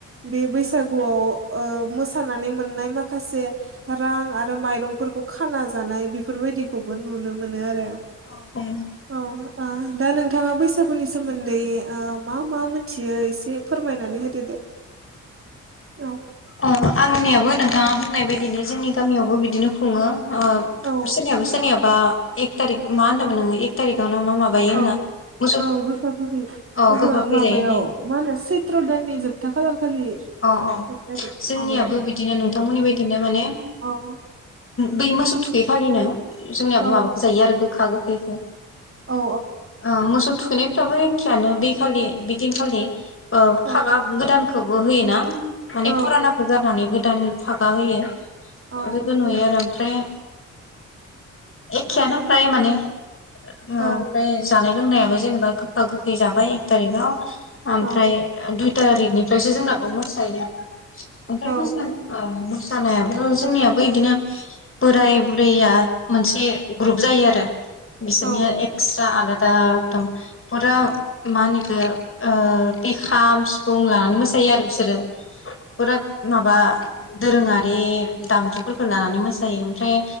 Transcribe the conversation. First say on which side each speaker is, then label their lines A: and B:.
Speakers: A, on the right; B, on the left.
A: बे बैसागुआव मोसानानै मोननाय माखासे रां आरो माइरंफोरखौ खाना जानाय बेफोरबायदिखौबो नुनो मोनो आरो
B: औ औ
A: औ ओ दा नोंथाङा बैसागुनि सोमोन्दै ओ मा मा मिथियो एसे फोरमायनानै होदो दे औ
B: अ आंनियाबो नोंथाङा बुंनाय बदिनो जोंनि गामियावबो बिदिनो खुङो ओ
A: औ
B: सोरनियाबा सोरनियाबा एक थारिक मा होनदोंमोन नोङो एक थारिकाव मा माबायो होनना
A: औ
B: मोसौ
A: औ गोखा गोखै
B: औ
A: ओहो
B: गोखा खै
A: माबायाव
B: जायो होननाय
A: मा होनो सैथ्र' दाननि जोबथा खालार खालि
B: अ औ
A: एक थारिख
B: जोंनियाबो
A: माबायाव
B: बिदिनो नोंथांमोननि बादिनो माने
A: औ
B: बे मोसौ थु बेखालिनो जोंनियाबो
A: औ
B: माबाखौ जायो आरो गोखा गोखैखौ
A: औ
B: ओ मोसौ फोनायफ्राबो एखेयानो बे खालि बिदिनखालि ओ
A: औ
B: फागा गोदानखौ होयोना माने
A: औ
B: फुरानाखौ गारनानै गोदान भागा होयो
A: औ
B: बेखौ नुयो आरो ओमफ्राय एखेयानो फ्राय माने ओ
A: औ
B: ओमफ्राय जानाय लोंनायाबो जेनेबा गोखा गोखै जाबाय एक थारिकाव ओमफ्राय
A: औ
B: दुइ थारिखनिफ्रायसो जोंनाबो मोसायो <unintelligible>
A: औ
B: सानायाबो जोंनियाबो बिदिनो बोराय बुरैया मोनसे ग्रुप जायो आरो बिसोरनिया
A: औ
B: एक्सट्रा आलादा <unintelligible> मा होनो बिखो ओ बि खाम सिफुं लाना नै मोसायो आरो बिसोरो <unintelligible> माबा दोरोङारि दामजुफोरखौ लानानै मोसायो ओमफ्राय